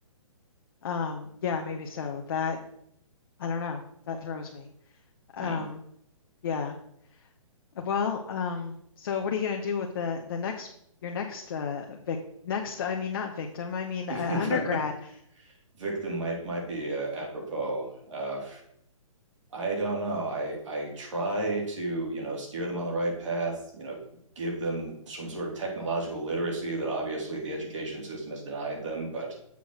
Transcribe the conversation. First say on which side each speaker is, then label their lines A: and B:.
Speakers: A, on the left (about 40°); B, on the right (about 60°).
A: Um, yeah, maybe so. That I don't know. That throws me. Um,
B: Mm.
A: yeah. Well, um, so what are you going to do with the the next your next uh vic next I mean not victim, I mean
B: <laughs>
A: uh, undergrad.
B: Victim might might be uh, apropos. Uh, I don't know. I I try to, you know, steer them on the right path, you know, give them some sort of technological literacy that obviously the education system has denied them, but